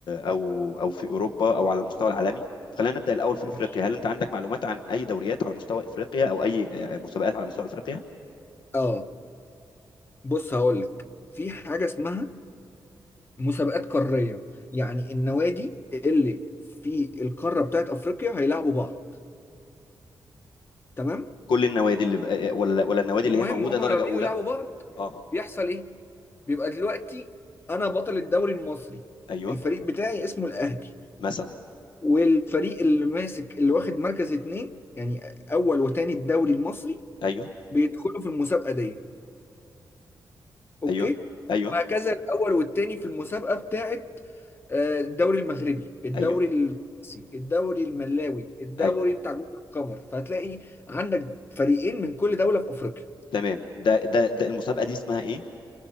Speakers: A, on the left (about 80°); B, on the left (about 30°).
A: او او في اوروبا او على المستوى العالمي خلينا نبدا الاول في
B: ماشي
A: افريقيا هل انت عندك معلومات عن اي دوريات على مستوى افريقيا او اي مسابقات على مستوى افريقيا
B: اه بص هقول لك في حاجه اسمها مسابقات قاريه يعني النوادي اللي في القاره بتاعت افريقيا هيلاعبوا بعض تمام
A: كل النوادي اللي بقى ولا ولا النوادي اللي
B: المهم
A: هي موجوده
B: هم
A: درجه
B: لما بييجوا
A: اولى
B: يلعبوا بعض
A: اه
B: بيحصل ايه بيبقى دلوقتي انا بطل الدوري المصري
A: ايوه
B: الفريق بتاعي اسمه الاهلي
A: مثلا
B: والفريق اللي ماسك اللي واخد مركز اتنين يعني اول وتاني الدوري المصري
A: ايوه
B: بيدخلوا في المسابقه دي اوكي
A: ايوه ايوه
B: وهكذا الاول والتاني في المسابقه بتاعت آه، الدوري المغربي الدوري
A: ايوه
B: التونسي الدوري الملاوي الدوري
A: ايوه
B: بتاع جزر القمر فهتلاقي عندك فريقين من كل دوله في افريقيا
A: تمام ده ده ده المسابقه دي اسمها ايه